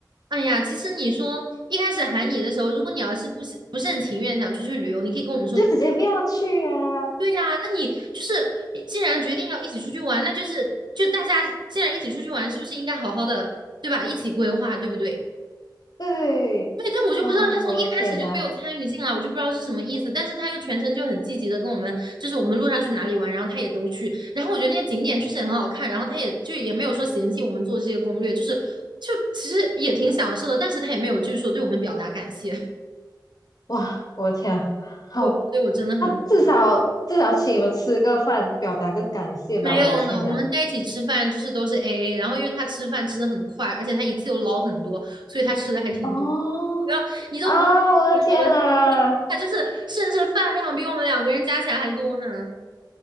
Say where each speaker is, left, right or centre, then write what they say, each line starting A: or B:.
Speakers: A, on the right; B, on the left.
A: 哎呀，其实你说一开始喊你的时候，如果你要是不是不是很情愿想出去旅游，你可以跟我们说你不
B: 就直接不要去啊，
A: 对呀、那你就是你既然决定要一起出去玩，那就是就大家既然一起出去玩，是不是应该好好的对吧？一起规划，对不对？
B: 对，
A: 对，但我就不知道他从一开始就没有参与进来，
B: 哇，我的天呐，
A: 我就不知道是什么意思。但是他又全程就很积极的跟我们，就是我们路上去哪里玩，然后他也都去。然后我觉得那个景点确实也很好看，然后他也就也没有说嫌弃我们做这些攻略，就是就其实也挺享受的。但是他也没有就是说对我们表达感谢，<laughs>
B: 哇，我的天啊好，
A: 我所以我真的很无语。
B: 他至少至少请你们吃个饭，表达个感谢吧，
A: 没有呢，
B: 我的天呐。
A: 我们在一起吃饭就是都是 AA，然后因为他吃饭吃的很快，而且他一次又捞很多，所以他吃的还挺多。
B: 哦
A: <laughs> 然后你都不。
B: 啊！我的天呐，
A: 我们他就是甚至饭量比我们两个人加起来还多呢。